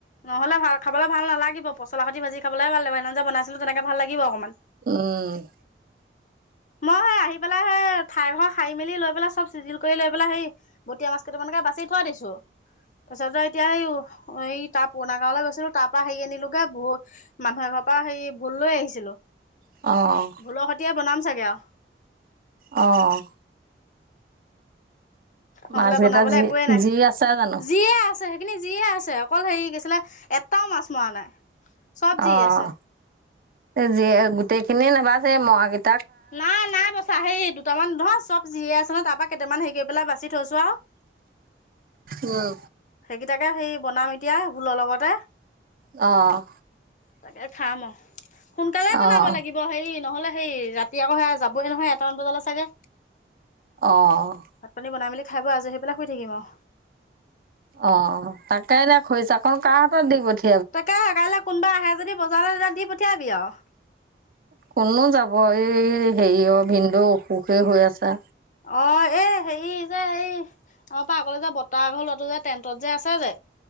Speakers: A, on the left; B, on the right.
A: নহ'লে ভাল খাবলৈ ভাল নালাগিব পচলা সৈতে ভাজি খাবলৈহে ভাল লাগিব। সিদিনা খন যে বনাইছিলো তেনেকে ভাল লাগিব অকনমান।
B: উমম্।
A: মই সেই আহি পেলাই সেই, ঠাই ঘৰ সাৰি মেলি লৈ পেলাই চব চিজিল কৰি লৈ পেলাই হেই বটীয়া মাছ কেইটামানকে বাচি থৈ দিছো। তাৰপিছত যে এতিয়া হেই, এই তাৰ পুৰণা গাঁৱলে গৈছিলো তাৰ পৰা হেৰি আনিলোগে বৰ মানুহ এঘৰৰ পৰা হেৰি ভোল লৈ আহিছিলো।
B: অ'।
A: ভোলৰ সৈতে বনাম চাগৈ আৰু।
B: অ'।
A: নহ'লে
B: মাছকেইটা
A: বনাবলে
B: যি
A: একোৱেই নাই।
B: যি আছে জানো?
A: যিয়ে আছে সেই খিনি যিয়ে আছে, অকল হেৰি কি আছিলে এটাও মাছ মৰা নাই। চব যি
B: অ'
A: আছে।
B: যিয়ে গোটেইখিনি নাবাচিবি মৰা কেইটা
A: নাই, নাই বচা হেই দুটামান নহয়, চব জীয়ে আছ ন তাৰপা কেইটামান হেৰি কৰি পেলাই বাচি থৈছো আৰু।
B: উম,
A: সেইকেইটাকে হেই বনাম এতিয়া ভোলৰ লগতে।
B: অ'।
A: তাকে খাম অ'। সোনকালে বনাব
B: অ',
A: লাগিব হেই নহ'লে সেই ৰাত সি আকৌ সেয়া যাবই নহয়, এটামান বজালে চাগে।
B: অ'।
A: ভাত পানী বনাই মেলি খাই বৈ আজৰি হৈ পেলাই শুই থাকিম আৰু।
B: অ' তাকে এতিয়া খৰিছাকন কাৰ হাতত দি পঠিয়াম।
A: তাকেহে কাইলৈ কোনোবা আহে যদি বজাৰলৈ তেতিয়া দি পঠিয়াবি আৰু।
B: কোননো যাব এ হেৰি অ ভিনদেউ অসুখে হৈ আছে।
A: অ', এ হেৰি যে এই আমাৰ পৰা আগলে যে বত্তা এঘৰ লৰাটো যে টেণ্টত যে আছে যে